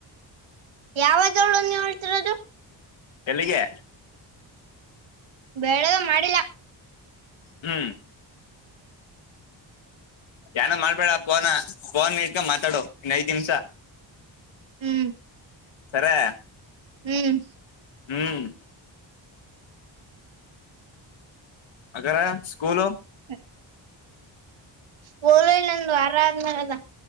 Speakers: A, on the right (about 80°); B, on the left (about 80°).
A: ಯಾವದರಳನ್ನ ಹೋಳ್ತಿರೋದು
B: ಎಲ್ಲಿಗೆ
A: ಬೆಳಗೆ ಮಾಡಿಲ್ಲ
B: ಹ್ಮ್ ಏನ ಮಾಡ್ಬೇಡ ಫೋನ್ ಫೋನ್ ಇಟ್ಗ ಮಾತಾಡು ಇನ್ ಐದ್ ನಿಮಿಷ
A: ಹ್ಮ್
B: ಸರಿ
A: ಹ್ಮ್
B: ಹ್ಮ್ ಹಾಗಾದ್ರೆ ಸ್ಕೂಲು
A: <unintelligible> ಸ್ಕೂಲ್ ಇಲ್ಲಂದು ಅರಾದ್ಮೇಲೆ ಅದ